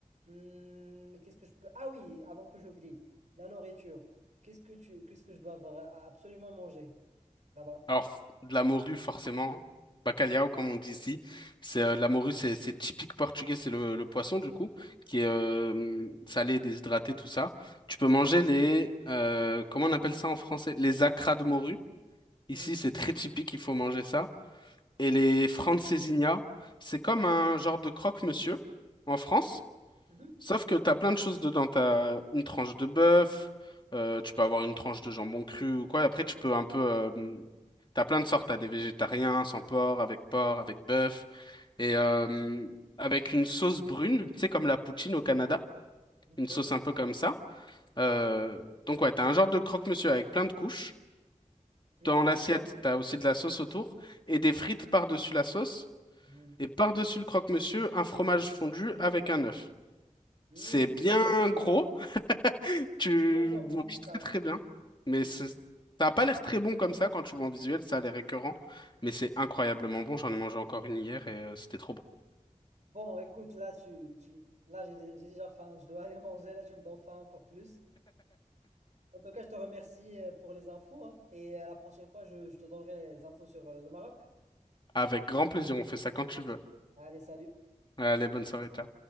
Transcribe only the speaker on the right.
Hum, qu'est-ce que je peux... Ah oui, avant que j'oublie, la nourriture. Qu'est-ce que tu, qu'est-ce que je dois vra- absolument manger là-bas?
Hum,
mhm,
Ok.
Hum,
ok.
Hum,
hum,
très gourmand,
tout ça.
Hum.
Bon, écoute, là, tu, tu, là j'ai dé- j'ai déjà faim. Je dois aller manger. Là, tu me donnes faim encore plus. En tout cas, je te remercie euh, pour les infos, hein, et à la prochaine fois, je, je te donnerai les infos sur euh, le Maroc.
Allez, salut.